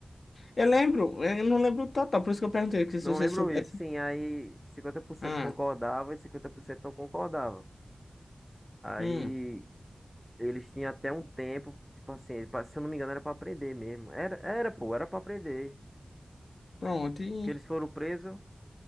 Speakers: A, on the left; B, in the centre.
A: Eu lembro, eu não lembro total, por isso que eu perguntei, porque se
B: Não
A: você
B: lembro
A: soubesse.
B: isso, sim, aí cinquenta por cento
A: Ah,
B: concordava e 50% não concordava. Aí
A: hum,
B: eles tinham até um tempo, tipo assim, ele se eu não me engano era pra aprender mesmo. Era, era, pô, era pra aprender.
A: pronto. e-
B: que eles foram presos,